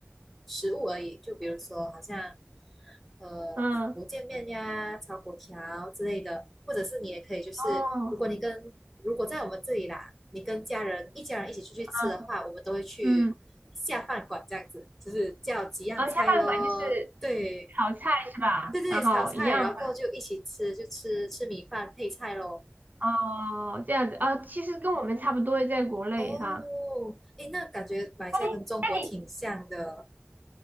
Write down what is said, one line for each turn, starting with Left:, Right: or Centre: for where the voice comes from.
Centre: 食物而已，就比如说好像呃福建面呀、
Right: 嗯，
Centre: 炒粿条之类的，或者是你也可以就是如果你跟如果在我们这里啦，
Right: 哦，
Centre: 你跟家人一家人一起出去吃的话，
Right: 嗯
Centre: 我们都会去下饭馆这样子，
Right: 嗯，
Centre: 就是叫几样菜咯，
Right: 哦，下饭馆就是
Centre: 对
Right: 炒菜是吧？
Centre: 对对，在这里炒菜，
Right: 然后一样，
Centre: 然后过后就一起吃，就吃吃米饭配菜咯。
Right: 哦，这样子，哦，其实跟我们差不多，在国内哈。
Centre: 哦，诶，那感觉马来西亚跟中国挺像的，
Right: 哎，那你，